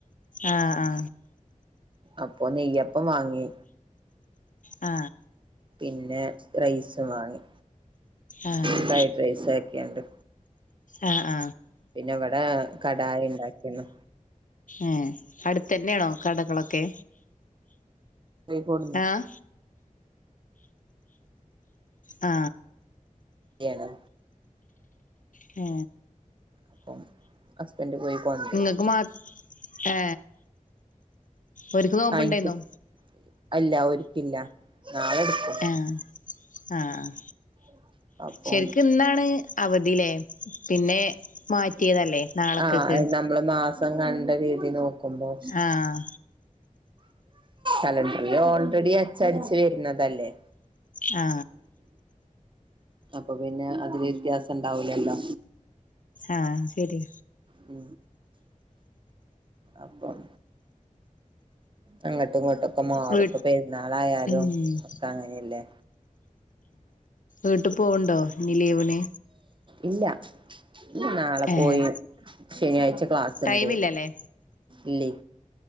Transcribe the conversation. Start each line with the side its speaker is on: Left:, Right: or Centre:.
Left: ആആ
Right: അപ്പൊ നെയ്യപ്പം വാങ്ങി
Left: ആ
Right: പിന്നെ റൈസ് വാങ്ങി
Left: ആഹ്
Right: ഫ്രൈഡ് റൈസ് ഒക്കെയുണ്ട്
Left: അ അ
Right: പിന്നെ ഇവിടെ കടായി ഉണ്ടാക്കിയിന്ന്
Left: ഏ അടുത്തന്നെയാണോ കടകളൊക്കെ
Right: പോയി കോട്ന്ന്
Left: ആഹ് ആ
Right: കുട്ടളെ
Left: ഹെ
Right: അപ്പം ഹസ്ബൻഡ് പോയി കൊണ്ടരും
Left: നിങ്ങക്ക്മാ ഏ ഒരിക്ക് നോമ്പുണ്ടായിരുന്നോ
Right: ആ എനിക്ക് അല്ല ഒൽക്കില്ല നാളെ എടുക്കും
Left: ഏഹ് ആഹ്
Right: ഓ അപ്പൊ
Left: ശരിക്കും ഇന്നാണ് അവധില്ലേ പിന്നെ മാറ്റിയതല്ലേ നാളെക്കക്ക്
Right: ആഹ് നമ്മള് മാസം കണ്ട രീതി നോക്കുമ്പോ
Left: ആഹ്
Right: കലണ്ടറിൽ ഓൾറെഡി അച്ചടിച്ച് വരുന്നതല്ലേ
Left: ആ
Right: അപ്പൊ പിന്നെ അതില് വ്യത്യാസം ഇണ്ടാവൂലല്ലോ
Left: ആഹ് ശരി
Right: ഉ അപ്പം അങ്ങോട്ടും ഇങ്ങോട്ടും ഒക്കെ മാറും
Left: വീ
Right: ഇപ്പ പെരുന്നാളായാലും
Left: ഉം
Right: ഒക്ക അങ്ങനെയല്ലേ
Left: വീട്ടിൽ പോവ്ണ്ടോ ഇനി ലീവിന്
Right: ഇല്ല നാളെ
Left: ഏഹ്
Right: പോയി ശനിയാഴ്ച ക്ലാസ്സുണ്ട്
Left: ടൈമില്ലല്ലേ
Right: ഇല്ലേ